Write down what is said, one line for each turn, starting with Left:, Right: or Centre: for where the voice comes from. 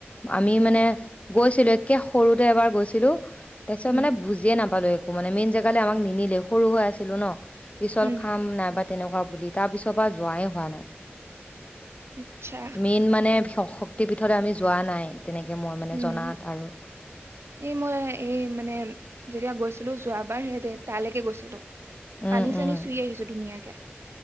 Left: আমি মানে
Right: তাত,
Left: গৈছিলো একে সৰুতে এবাৰ গৈছিলো তাৰ পিছতানে
Right: উম,
Left: বুজিয়ে নাপালো একো মানে মেইন জেগালৈ আমাক নিনিলে সৰু হৈ আছিলো ন পিছল
Right: উম,
Left: খাম নাইবা তেনেকুৱা বুলি তাৰ পিছৰ পৰা যোৱাই হোৱা নাই
Right: আচ্ছা,
Left: মেইন মানে শক্তি পীঠলৈ আমি যোৱা নাই তেনেকে মই মানে
Right: উম,
Left: জনাত আৰু
Right: এই মই এই মানে যেতিয়া গৈছিলো যোৱাবাৰ সিহঁতে তালৈকে গৈছিলো
Left: উম
Right: পানী চানী
Left: উম
Right: চুই আহিছো ধুনীয়ীয়াকে কেহ